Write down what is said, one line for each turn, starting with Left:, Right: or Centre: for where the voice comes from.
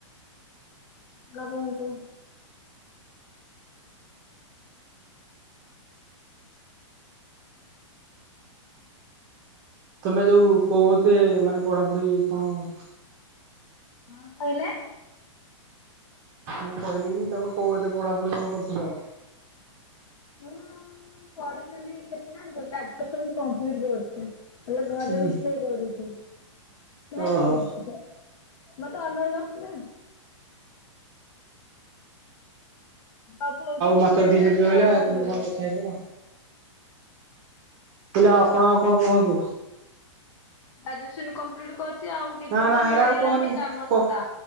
Left: ଆପଣ କୁହନ୍ତୁ।
Right: ତମେ ଯୋଉ କହୁତେ ମାନେ ପଢ଼ାପଢ଼ି କଣ
Left: କଣ କହିଲେ?
Right: ମୁଁ କହିଲି କି ତମେ କୋଉ ଏତେ ପଢାପଢି କଣ କରୁଥିଲ?
Left: ମୁଁ ପଢିଥିଲି କେତେ ଜାଣିଚ ଗ୍ରାଜୁଏସନ କମ୍ପ୍ଲିଟ କରଚି। ହେଲେ ଘରେ
Right: ହୁଁ
Left: ରୋଷେଇ କରୁଛି, ନାହିଁ
Right: ଓହୋ
Left: କି। ମତେ ଅନଉନ ନା। ଆଗକୁ ଆଉ କିଛି
Right: ମାତ୍ର
Left: ମିଳିଲାନି
Right: ଦି ମିନିଟ୍ ରହିଲା
Left: ଆଉ କଣ
Right: କେମିତି
Left: କରିବୁ?
Right: କଥା ହେଇପଡ଼। ହେଲେ ଆପଣ ଆଉ କଣ କୁହନ୍ତୁ?
Left: ଗ୍ରାଜୁଏସନ କମ୍ପ୍ଲିଟ କରଚି, ଆଉ କିଛି
Right: ନା ନା
Left: ତ
Right: ହେରା
Left: ମିଳିଲାନି
Right: ଆଉ କହନି
Left: କାମ
Right: କ
Left: ଧନ୍ଦା।